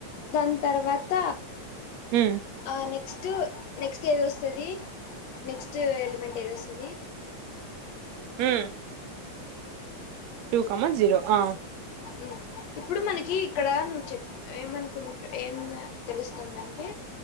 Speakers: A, on the left (about 70°); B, on the right (about 75°).
A: దాని తర్వాత
B: ఉమ్
A: ఆ నెక్స్ట్ నెక్స్ట్ ఏది వస్తాది నెక్స్ట్ ఎలిమెంట్ ఏది వస్తాది
B: ఉం టూ కామ జీరో ఆ
A: ఉం ఇప్పుడు మనకి ఇక్కడ నువ్ చెప్పు ఏమనుకుంటు ఏం తెలుస్తుందంటే